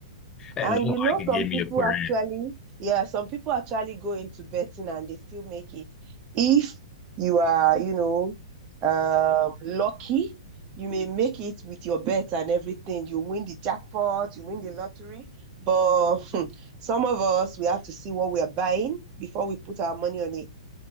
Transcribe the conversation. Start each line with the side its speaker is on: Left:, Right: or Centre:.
Left: And
Right: And
Left: nobody
Right: you know,
Left: could
Right: some
Left: give me
Right: people
Left: a clear
Right: actually, yeah, some people actually go into betting and they still make it. If you are, you know, um, lucky, you may make it with your bet and everything. You win the jackpot, you win the lottery. But <laughs> some of us, we have to see what we are buying before we put our money on it,